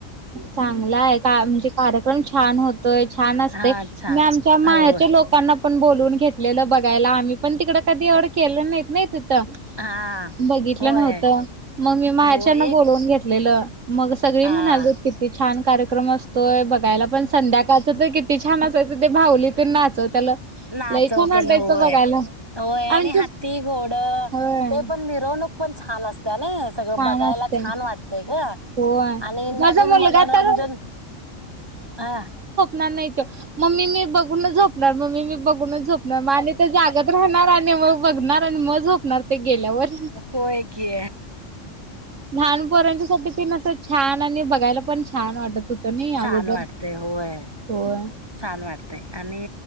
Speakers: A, on the right; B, on the right.
A: चांगलं आहे का म्हणजे कार्यक्रम छान होत छान असते
B: हा छान
A: मी आमच्या
B: हो
A: माहे्याच्या लोकांना पण बोलून घेतलेलं बघयला आम्ही पण तिकडं कधी एवढ केलं नाहीत नाही बघितलं
B: हा होय
A: नव्हत मग मी माहे्याच्याना
B: हो एक
A: बोलवून घेतलेलं मग सगळी म्हणाली
B: आ
A: छान कार्यक्रम असतोय घयला पण संध्याकाळचं तर त छान असायं ते भावली तर नाचव त्याला
B: नाचवतेलं
A: लई छान वाटायचं
B: होय
A: बघायला
B: होय आणि
A: आमच
B: हाती घोड
A: होय
B: ते पण मिरवणूक पण छान असत त्या नाही सगळं
A: छान
B: बघायला
A: असते
B: छान वाटतय का
A: होय
B: आणि नवीन
A: माझा मुलगा
B: मनोरंजन
A: तर
B: ह
A: णार नाही मम्मी मी बघून झोपणार मम्मी मी बघ झणार आणि ते जागात राहणार आणि मग बघणार मज होतणार ते गेल्यावर.
B: होय कि
A: लहानपर्यंत सध पी नसत छान बघायला पण छान वाटत होतं नाही
B: छान
A: अगोदर.
B: वाटतय होय
A: होय.
B: छान वाटतय आणि